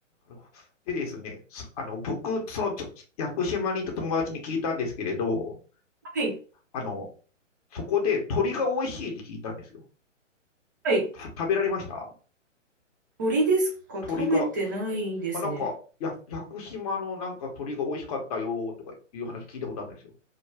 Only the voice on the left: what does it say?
るほど。でですね、そあの、僕、その、ちょ屋久島にいた友達に聞いたんですけれど、
あの、そこで鳥が美味しいって聞いたんですよ。
た食べられました
鳥が、あ、なんか、や、屋久島のなんか鳥が美味しかったよとかいう話聞いたことあるんですよ。